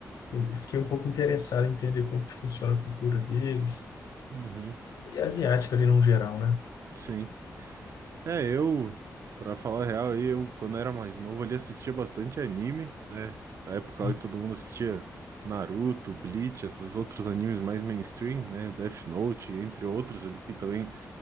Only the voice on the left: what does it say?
eu fiquei um pouco interessado em entender como que funciona a cultura deles.
E asiática ali no geral, né?
Hum,